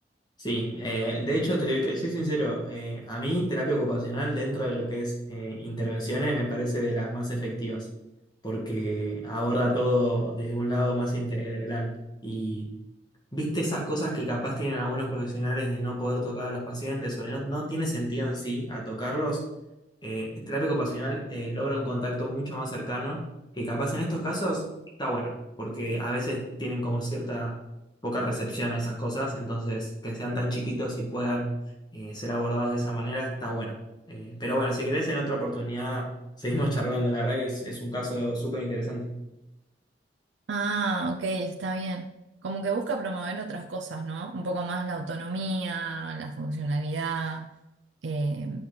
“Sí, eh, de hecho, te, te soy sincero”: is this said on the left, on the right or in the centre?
Left